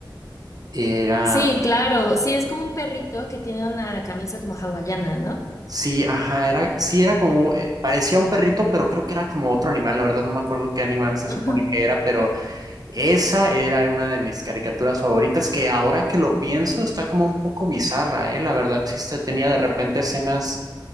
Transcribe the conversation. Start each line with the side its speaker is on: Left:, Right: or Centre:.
Right: Era,
Left: Sí, claro, sí, es como un perrito que tiene una camisa como hawaiana, ¿no?
Right: sí, ajá, era, sí, era como, eh, parecía un perrito, pero creo que era como otro animal. La verdad no me acuerdo qué animal se
Left: Ujú.
Right: supone que era, pero Esa era una de mis caricaturas favoritas, que ahora que lo pienso está como un poco bizarra, ¿eh? La verdad sí está- tenía de repente escenas